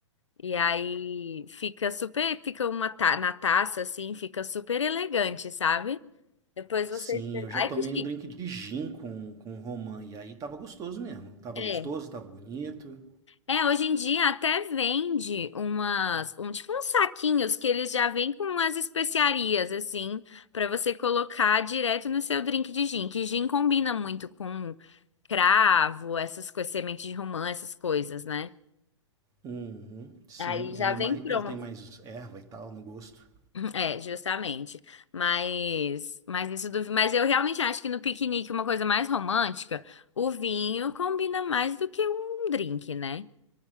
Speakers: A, on the left; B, on the right.
A: E aí fica super, fica uma ta na taça assim, fica super elegante, sabe? Depois
B: Sim,
A: você,
B: eu já
A: ai
B: tomei
A: que chique.
B: um drink de gin com, com romã e aí tava gostoso mesmo. Tava
A: É.
B: gostoso, tava bonito.
A: É, hoje em dia até vende umas, um tipo uns saquinhos que eles já vêm com umas especiarias assim, pra você colocar direto no seu drink de gin, que gin combina muito com cravo, essas coisas, semente de romã, essas coisas, né?
B: Uhum, sim,
A: Aí já
B: ele é
A: vem
B: mais,
A: pronto.
B: ele tem mais erva e tal no gosto.
A: Uhum. É, justamente. Mas, mas isso do, mas eu realmente acho que no piquenique uma coisa mais romântica, o vinho combina mais do que um drink, né?